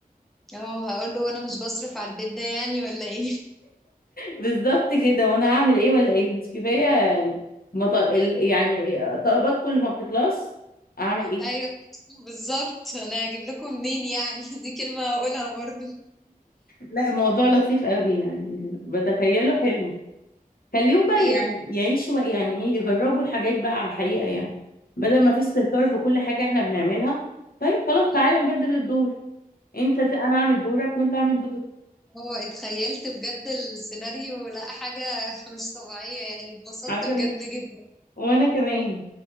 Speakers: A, in the centre; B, on the left (about 75°).
A: اه هقول له انا مش بصرف على البيت ده يعني ولا ايه
B: بالظبط كده وانا هعمل ايه ولا ايه مش كفايه يعني ما ط- ال- يعني طلبات كل ما بتخلص اعمل ايه
A: ايوه بالظبط انا هجيب لكم منين يعني <laughs> دي كلمة هقولها برضو
B: لا الموضوع لطيف قوي يعني بتخيله
A: آه،
B: حلو خليهم بقى
A: ايوه
B: يعني يعيشوا بقى يعني ايه يجربوا الحاجات بقى على الحقيقه يعني بدل ما في استهتار بكل حاجه احنا بنعملها طيب خلاص
A: مم.
B: تعالى نبدل الدور انت ت- انا اعمل دورك وانت اعمل دورك
A: هو اتخيلت بجد السيناريو لا حاجة <laughs> مش طبيعية يعني اتبسطت
B: حاجه
A: بجد
B: لط-
A: جدا
B: وانا كمان